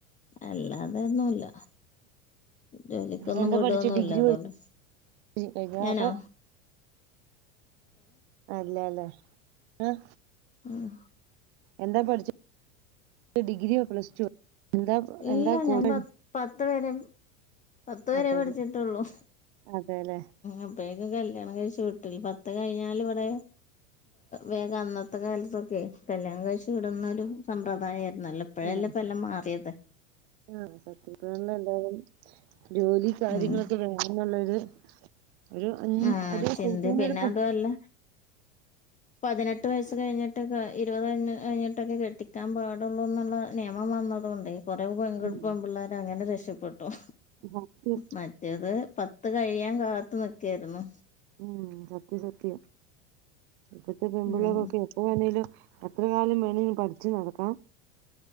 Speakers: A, on the left; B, on the right.
A: അല്ലാതെന്നുമല്ല ജോലിക്കൊന്നും
B: എന്താ
A: വിടൊന്നുംല്ല
B: പഠിച്ചേ ഡിഗ്രി
A: അതൊണ്ട്
B: പഠിച്ച് കഴിഞ്ഞോ
A: ഞാനാ
B: അതോ അല്ലെല്ലേ ആഹ
A: ആഹ
B: എന്താ പഠിച്ചത് ഡിഗ്രിയ പ്ലസ് ടു എന്താ
A: ഇല്ല
B: എന്താ
A: ഞാൻ
B: കോഴ്സ്
A: പ പത്ത് വരെ പത്തവരെ
B: അതെല്ലേ
A: പഠിച്ചിട്ടുള്ളൂ
B: അതെല്ലേ
A: അപ്പ കല്യാണം കഴിച്ചു വിട്ടില്ല പത്ത് കഴിഞ്ഞാൽ ഇവിടെ വേഗം അന്നത്തെ കാലത്തൊക്കെ കല്യാണം കഴിച്ചി വിടുന്നൊരു സമ്പ്രദായമായിരുന്നല്ലോ ഇപ്പോഴല്ലേ
B: ആഹ്
A: പലം മാറിയത്
B: ആഹ് സത്യപണല്ല എന്താലും ജോലി കാര്യങ്ങളൊക്കെ
A: ഉം
B: വേണംന്നുള്ളൊരു ഒരു അഞ്
A: ആഹ്
B: ഒരു
A: ചിന്ത
B: ശരിക്കുനൊരു
A: പിന്നെ അതുമല്ല പതിനെട്ട് എട്ട് വയസ്സ് കഴിഞ്ഞിട്ട് ഇരുപത് കഴിഞ്ഞ് കഴിഞ്ഞിട്ടൊക്കെ കെട്ടിക്കാൻ പാടുള്ളൂ എന്നുള്ള നിയമം വന്നതുക കൊണ്ടേ കുറവ് പെൺകുപ്പം
B: ഉം
A: പിള്ളേർ അങ്ങനെ രക്ഷപ്പെട്ടു
B: സത്യം
A: മറ്റേത് പത്ത് കഴിയാൻ കാത്ത് നിക്കായിരുന്നു
B: ഉം സത്യ സത്യ ഇപ്പത്തെ പെമ്പുളകൊക്കെ
A: ഉം
B: എപ്പ വേണേലും എത്ര കാലം വേണമെങ്കിലും പഠിച്ചു നടക്കാം